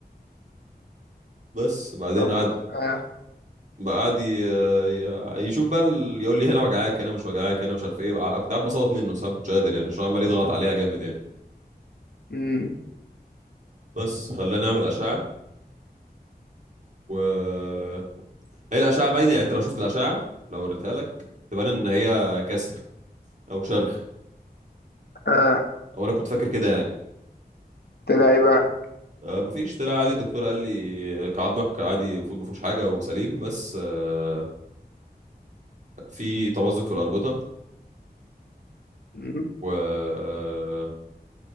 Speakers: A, on the right; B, on the left.
A: بس بعدين
B: طب
A: قعد
B: و- آه.
A: قعد ي... ي- يشوف بقى ال- يقول لي هنا وجعاك هنا مش وجعاك هنا مش عارف ايه وع- كنت قاعد بصوت منه بس انا ما كنتش قادر يعني عشان عمال يضغط عليها جامد يعني
B: امم
A: بس خلاني اعمل اشعه و هي الاشعه باينه يعني انت لو شفت الاشعه لو وريتها لك تبان ان هي كسر او شرخ
B: آه.
A: او انا كنت فاكر كده يعني
B: طلع ايه بقى؟
A: آه، مفيش طلع عادي الدكتور قال لي كعضمك عادي المفروض مفيهوش حاجه وسليم بس آه، في تمزق في الاربطه
B: امم
A: و آه،